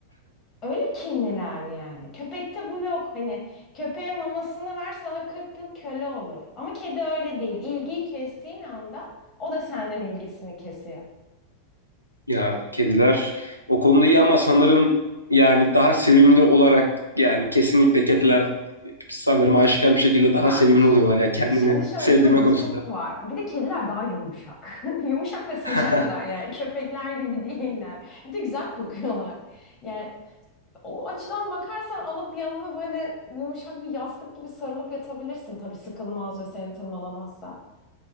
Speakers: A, on the left; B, on the left.
A: Öyle kinliler yani. Köpekte bu yok. Hani köpeğe mamasını ver sana 40 yıl köle olur. Ama kedi öyle değil. İlgiyi kestiğin anda o da senden ilgisini kesiyor.
B: Ya kediler o konuda iyi ama sanırım yani daha sevimli olarak yani kesinlikle kediler sanırım aşikar bir şekilde daha
A: Yani
B: sevimli
A: ş-
B: oluyorlar ya kendini
A: şimdi şöyle
B: sevdirme
A: bir husus
B: konusunda.
A: var. Bir de kediler daha yumuşak. <laughs> Yumuşak ve sıcaklar
B: <laughs>
A: yani. Köpekler gibi <laughs> değiller. Bir de güzel kokuyorlar. Yani O açıdan bakarsan alıp yanına böyle yumuşak bir yastık gibi sarılıp yatabilirsin tabii sıkılmaz ve seni tırmalamazsa.